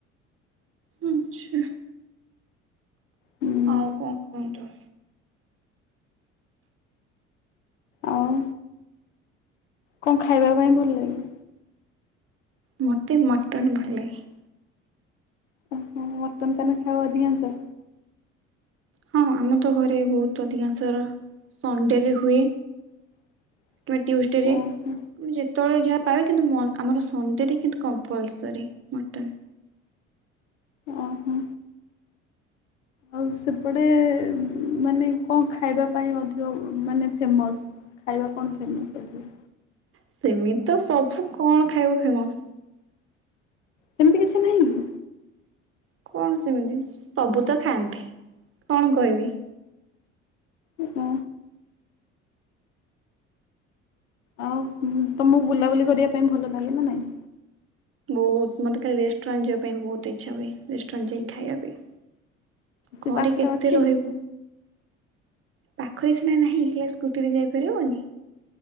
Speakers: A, on the right; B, on the left.
A: ଆଚ୍ଛା।
B: ହୁଁ
A: ଆଉ କଣ କୁହନ୍ତୁ?
B: ଆଉ କଣ ଖାଇବା ପାଇଁ ଭଲ ଲାଗେ?
A: ମୋତେ ମଟନ୍ ଭଲ ଲାଗେ।
B: ଓହୋ! ମଟନ୍ ତାନେ ଖାଅ ଅଧିକାଂଶ?
A: ହଁ ଆମ ତ ଘରେ ବହୁତ ଅଧିକାଂଶ ର ସଣ୍ଡେରେ ହୁଏ।
B: <inaudible>
A: କିମ୍ବା ଟ୍ୟୁସଡେ ରେ
B: ଓହୋ
A: ଯେତେବେଳେ ଯାହା ପାର କିନ୍ତୁ ମ-ଆମର ସଣ୍ଡେରେ କିନ୍ତୁ କମ୍ପଲସରି ମଟନ୍।
B: ଓ ହୋ! ଆଉ ସେପଟେ ମାନେ କଣ ଖାଇବା ପାଇଁ ଅଧିକ ମାନେ ଫେମସ୍? ଖାଇବା କଣ ଫେମସ୍? <unintelligible>
A: ସେମିତ ତ ସବୁ କଣ ଖାଇବ ଫେମସ୍?
B: ସେମିତି କିଛି ନାହିଁ କି?
A: କଣ ସେମିତି? ସବୁ ତ ଖାଆନ୍ତି। କଣ କହିବି?
B: ଓ ହୋ। ଆଉ ଉଁ, ତୋମକୁ ବୁଲାବୁଲି କରିବା ପାଇଁ ଭଲ ଲାଗେ ନା ନାଇଁ?
A: ବହୁତ ମୋତେ ଖାଲି ରେଷ୍ଟୁରାଣ୍ଟ ଯିବା ପାଇଁ ବହୁତ ଇଚ୍ଛା ହୁଏ। ରେଷ୍ଟୁରାଣ୍ଟ ଯାଇକି ଖାଇବା ପାଇଁ।
B: ସେ
A: ଘରେ
B: ପାଖରେ
A: କେତେ
B: ଅଛି
A: ରହିବୁ। ପାଖରେ ସିନା ନାହିଁ, ହେଲା ସ୍କୁଟିରେ ଯାଇପାରିବନି।